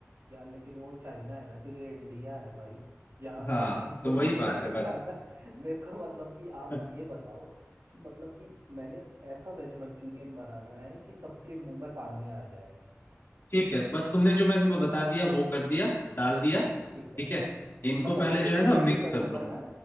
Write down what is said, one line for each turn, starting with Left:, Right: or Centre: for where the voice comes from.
Right: यार लेकिन वो चाइना है ना फिर ये इंडिया है भाई यहाँ
Left: था हाँ
Right: हर चीज तो
Left: तो वही
Right: उसमें
Left: बात
Right: <laughs> नहीं
Left: है बस
Right: डाला है। मेरे को मतलब कि आप
Left: <laughs>
Right: ये बताओ कि मतलब कि मैंने ऐसा वेज मंचूरियन बनाना है कि सबके मुंह में पानी आ जाए
Left: ठीक है बस तुमने जो मैं तुम्हें बता दिया वो कर दिया डाल दिया
Right: ठीक है
Left: ठीक है इनको
Right: मतलब
Left: पहले
Right: उसको
Left: जो है
Right: ग्रेट
Left: ना मिक्स
Right: करूंगा
Left: कर लो
Right: ना